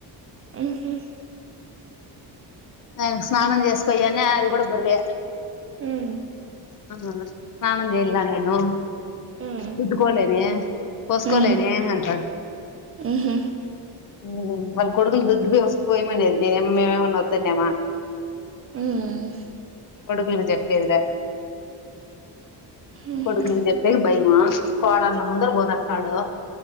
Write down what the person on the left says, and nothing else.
ఆయన స్నానం చేసుకోయె అన్నె అది కూడా బొరువే అ
ఆ ఆ స్నానం చెయల్లా నేను
రుద్దుకోలేనే పోసుకోలేనే
అంటాడు.
ఉమ్ వాళ్ళ కొడుకులు దుద్దు పోస్ పొయ్యమనేది మేమేమన్న వద్దన్నామ.
కొడుకులకు చెప్పేదిలే.
కొడుకులకు చెప్పేకి భయము. కోడల్ల ముందర ఓదారుస్తాడు.